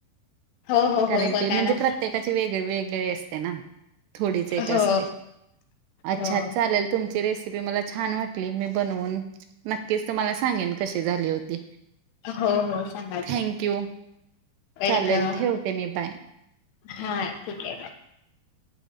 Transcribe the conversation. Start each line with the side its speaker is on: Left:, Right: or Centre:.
Left: हो हो
Right: कारण
Left: हो बघा
Right: की म्हणजे
Left: ना.
Right: प्रत्येकाची वेग वेगळी असते ना. थोडीच एक
Left: हो
Right: असते अच्छा
Left: हो.
Right: चालेल. तुमची रेसिपी मला छान वाटली मी बनवून. नक्कीच तुम्हाला सांगेन कशी झाली होती.
Left: हो हो सांगायचं.
Right: थँंक यू
Left: वेलकम.
Right: चालेल ठेवते मी बाय.
Left: हा ठीक आहे ना.